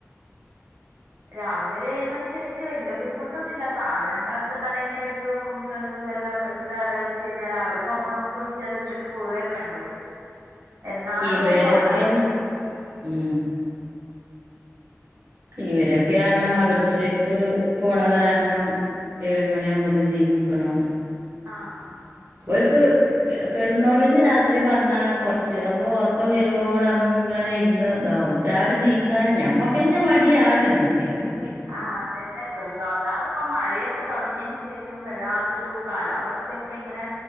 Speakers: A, on the right; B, on the right.
A: രാവിലെ ഒരു ഏഴ് മണിക്ക് എണിറ്റ് വല്ല ബുദ്ധിമുട്ടൊന്നുല്ല സാധനങ്ങളൊക്കെ തലേന്ന് എടുത്ത് വെക്കും ന്ത് വെല്ലം എടുത്തടച്ച് വെച്ച് കഴിഞ്ഞാ രാവിലെ പോവുംമ്പോ കുളിച്ചത് ഇട്ടിട്ട് പോവേ വേണ്ടു എന്നാലും
B: ഇവരൊക്കെ
A: ഒരുപാടാ
B: ഉം ഇവരൊക്കെ ആര്ണം മദ്രസേക്ക് പോണ കാര്ണം ഏഴുമണി ആവുമ്പോത്തിന് നീക്കണം
A: ആഹ്
B: ഓല്ക്ക് കെടന്നോളീന്ന് രാത്രി പറ്ഞ്ഞാ കൊറ്ച്ച് അപ്പൊ ഒറ്ക്കം വരോള്ളം അങ്ങനെ ഇരിന്ന് ഇതാവും രാവിലെ നീക്കാൻ ഞമ്മക്കെന്നെ മടിയാണ് പിന്നെ കുട്ട്
A: ആഹ് അതന്നെ <unintelligible> ഇപ്പൊ മഴയൊക്കെ തൊടങ്യേയ്ന് ശേഷം വെല്ലാത്തൊരു കാലാവസ്ഥൊക്കെ ഇങ്ങനെ